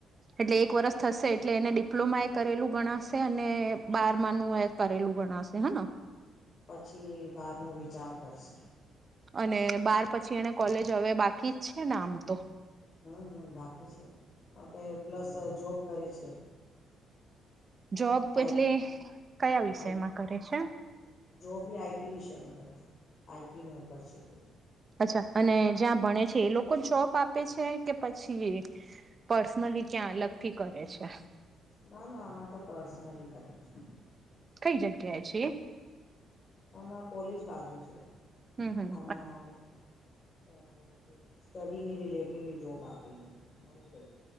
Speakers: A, on the right; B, on the left.
A: એટલે એક વર્ષ થશે એટલે એને ડિપ્લોમાયે કરેલું ગણાશે અને બાર માનું એ કરેલું ગણાશે હન?
B: અ પછી એ બહારનો વિચાર કરશે.
A: અને બાર પછી એને કોલેજ હવે બાકી જ છે ને આમ તો?
B: હમ હમ, બાકી છે એમાં. અતે પ્લસ જોબ કરે છે.
A: જોબ
B: આઈ
A: એટલે કયા વિષયમાં
B: આઈ
A: કરે છે?
B: જોબ બી આઈટી વિષયમાં કરે છે, આઈટીનો ઉપર છે એટલે.
A: અચ્છા, અને જ્યાં ભણે છે એ લોકો જોબ આપે છે કે પછી પર્સનલી ક્યાં અલગથી કરે છે.
B: ના ના આમાં તો પર્સનલી કરે છે.
A: કઈ જગ્યાએ છે એ?
B: એના કૉલેજ બાજુ છે,
A: હમ હમ
B: અને આમાં અ સ્ટડીની રિલેટેડ જોબ આપીને મળી ગઈ.